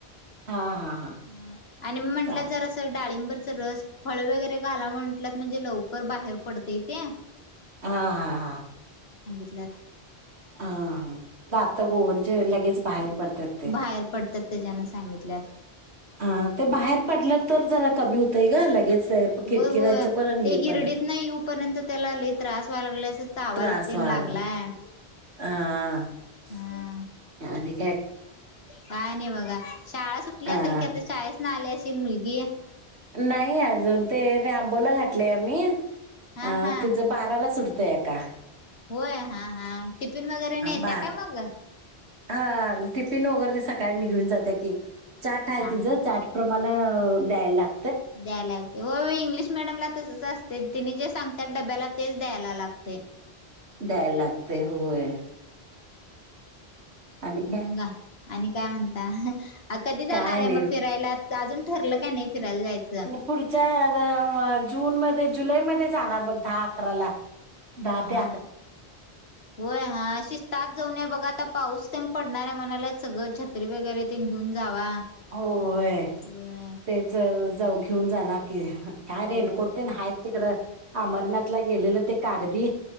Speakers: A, on the right; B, on the left.
A: हा हा
B: हा आणि मग म्हटलं
A: चाल
B: जरा स डाळिंबरचा रस, फळ वगैरे घाला म्हंटल्यात म्हणजे लवकर बाहेर पडतय ते.
A: हा हा हा
B: <unintelligible>
A: हा दात म्हणजेच लगेच बाहेर पडतात ते
B: बाहेर पडतात त्याच्याने सांगितल्यात.
A: हा ते बाहेर पडलं तर जरा कमी होतय ग लगेच किरकिरायचं
B: होय होय
A: पण आणि
B: ते
A: हे
B: हिरडीतन
A: पण
B: येऊपर्यंत त्याला लय त्रास व्हाय लागलाय अस चावायला
A: त्रास व्हायला
B: लागलाय.
A: <unintelligible>
B: हा काय नाही बघा शाळा सुटली
A: हा
B: असेल की आता शाळेसन आली असेल मुलगी?
A: नाही अजून ते रेम्बोला घातलय आम्ही अ
B: हा हा
A: तिच बाराला सुटत त्याका
B: होय हा हा टिफिन वगैरे नेत्या
A: बा
B: काय मग?
A: हा टिफिन वगैरे सकाळी नि घेऊन जात्या की चार्ट आहे
B: हा
A: तिझं चार्ट प्रमाण द्यायला लागत
B: द्यायला लागते होय होय इंग्लिश मिीडियमला तसच असतय तेनी जे सांगतात डब्याला तेच द्यायला लागतय.
A: द्याय लागतय होय. आणि काय
B: म गा आणि काय म्हणता कधी जाणार
A: काय
B: आहे
A: नाही.
B: मग फिरायला? अजून ठरलं काय नाही. फिरायला जायचं
A: पुढच्या जूनमध्ये जुलैमध्ये जाणार बघ दहा अकरा ला. दहा ते
B: हा होय हा अशीतात जाऊन बघा. आता पाऊस ते पडणार आहे म्हणाला सगळं छत्री वगैरे ते घेऊन जावा.
A: होय
B: होय
A: तेच जावू घेऊन जानारं. काय
B: होय
A: रेनकोट नाहीत तिकडं अमरनाथला गेलेलं ते कागदी